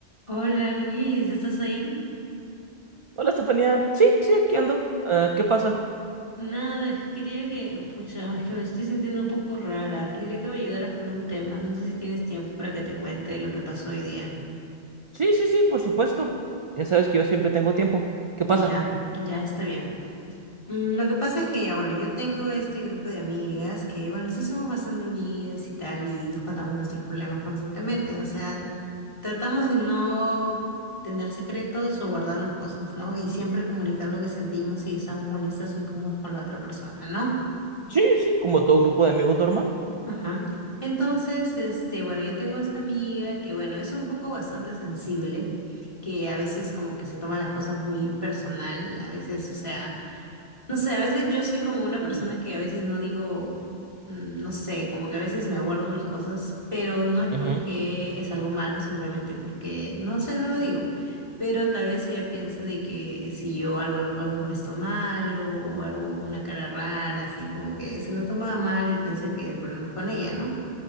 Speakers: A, on the left (about 30°); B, on the right (about 40°).
A: Hola Luis, ¿estás ahí?
B: Hola, Estefanía. Sí, sí, aquí ando. Ah, ¿qué pasa?
A: Nada, es que quería que, pucha, es que me estoy sintiendo un poco rara. Quería que me ayudaras con un tema. No sé si tienes tiempo para que te cuente lo que pasó hoy día.
B: Sí, sí, sí, por supuesto. Ya sabes que yo siempre tengo tiempo. ¿Qué pasa?
A: Ya, ya está bien. Mm, Lo que pasa es que ya, bueno, yo tengo este grupo de amigas que, bueno, sí somos bastante unidas y tal, y nos contamos nuestros problemas constantemente. O sea, tratamos de no tener secretos o guardarnos cosas, ¿no? Y siempre comunicar lo que sentimos si estamos molestas o incómodas con la otra persona, ¿no?
B: Sí, sí, como todo grupo de amigos normal.
A: Ajá. Entonces, este, bueno, yo tengo esta amiga que, bueno, es un poco bastante sensible, que a veces como que se toma las cosas muy personal, a veces, o sea, no sé, a veces yo soy como una
B: Uy.
A: persona que a veces no digo, mm, no sé, como que a veces me aguardo mis cosas, pero no es porque
B: Ujú.
A: es algo malo, simplemente porque, no sé, no lo digo. Pero tal vez ella piensa de que si yo hago al- algún gesto malo o algo, una cara rara, así como que se lo toma mal y piensa que el problema es con ella, ¿no?